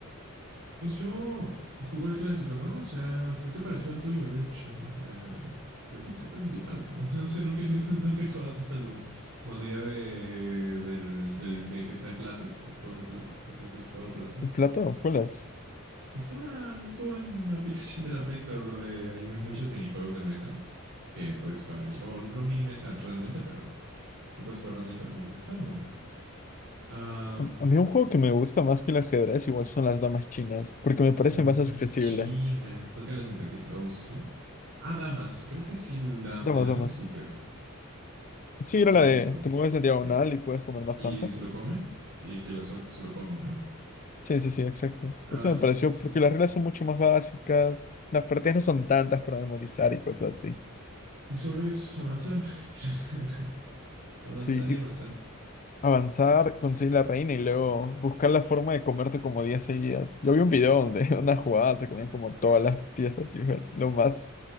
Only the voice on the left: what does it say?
¿El plato? ¿Cuál es?
A a mí un juego que me gusta más que el ajedrez igual son las damas chinas, porque me parece
más accesible.
Damas,
damas.
Sí,
era la
de
te mueves en diagonal
y puedes comer bastante.
Sí, sí, sí, exacto.
Eso me
pareció,
porque
las reglas son mucho más básicas, las partidas no son tantas para memorizar y cosas así.
Sí, y
avanzar, conseguir la reina y luego buscar la forma de comerte como 10 seguidas. Yo vi un video donde <laughs> una jugada se comían como todas las piezas y fue lo más